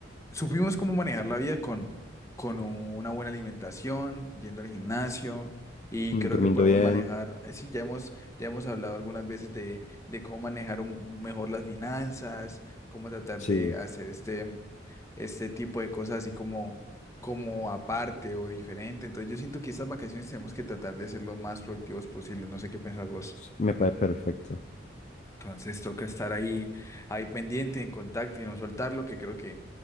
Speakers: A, on the left; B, on the left.
A: supimos cómo manejar la vida con, con una buena alimentación, yendo al gimnasio, y
B: mm,
A: creo
B: Durmiendo
A: que podemos
B: bien.
A: manejar, eh, sí, ya hemos, ya hemos hablado algunas veces de, de cómo manejar un- mejor las finanzas, cómo tratar
B: Sí,
A: de hacer este, este tipo de cosas así como, como aparte o diferente. Entonces yo siento que estas vacaciones tenemos que tratar de ser lo más productivos posible, no sé qué pensás vos.
B: sí, me parece perfecto.
A: Entonces toca estar ahí, ahí pendiente, en contacto y no soltarlo, que creo que